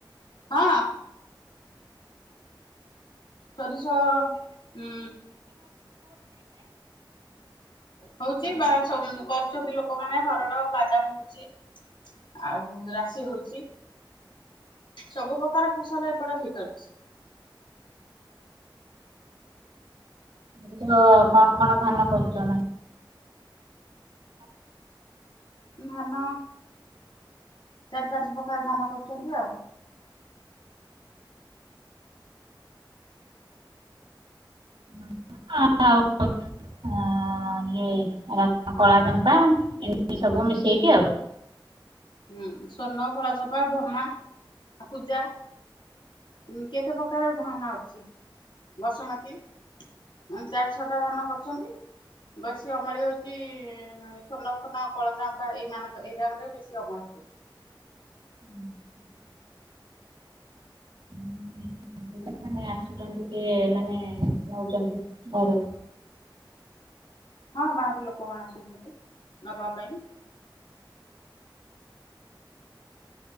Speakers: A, on the left; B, on the right.
A: ହଁ। ସରିଷଅ ଉଁ ହୋଉଚି ବା ଛମ୍ କରୁଛନ୍ତି ଲୋକମାନେ ହରଡ ବାଦାମ ହୋଉଚି। ଆଉ ରାଶି ହୋଉଚି ସବୁ ପକାର ଫସଲ ଏପଟେ ହେଇ ପାରୁଛି।
B: <inaudible> ଅ କଣ କଣ ଧାନ କରୁଚ ଏ ମା
A: ଧାନ ଚାର୍ ପାଞ୍ଚ ପକାର ଧାନ କରୁଚନ୍ତି ଆଉ।
B: <unintelligible> ଆଁ ଇଏ ଏରା କଳା ଚମ୍ପା <unintelligible> ସବୁ ମିଶେଇକି ଆଉ।
A: ହୁଁ ସ୍ଵର୍ଣ୍ଣ, କଳାଚମ୍ପା, ଭମା ଆଉ ପୂଜା। ଉଁ କେତେ ପକାରେ ଧାନ ଅଛି ବସୁମତୀ। ଉଁ ଚାରି ଛଅଟା ଧାନ କରଚନ୍ତି। ବେଶି ଅମଳି ହେଉଚି ଶ୍ୱନ୍ନ ଫୋର୍ନ କଳା ଚମ୍ପା ଏଇମାନଙ୍କ ଏଇଟା ଗୋଟେ ବେ ସି ଅମଳ ହୁଏ।
B: ଉଁ ହୁଁ। ଉଁ। <unintelligible> ଆସୁଚନ୍ତି କିଏ ମାନେ ନୋଉଚନ୍ତି ଘରୁ
A: ହଁ ବାହାରୁ ଲୋକମାନେ ଆସୁଚନ୍ତି ନବା ପାଇଁ।